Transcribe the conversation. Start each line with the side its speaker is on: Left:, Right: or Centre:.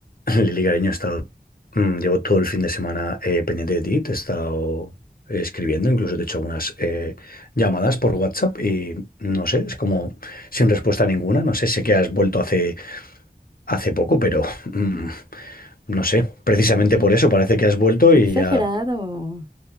Left: <laughs> Lili, cariño, he estado, mm, llevo todo el fin de semana eh, pendiente de ti, te he estado escribiendo, incluso te he hecho algunas eh, llamadas por WhatsApp y no sé, es como sin respuesta ninguna. No sé, sé que has vuelto hace hace poco, pero mm, no sé. Precisamente
Right: <laughs>
Left: por
Right: Ay,
Left: eso parece que has vuelto
Right: qué
Left: y
Right: exagerado.
Left: ya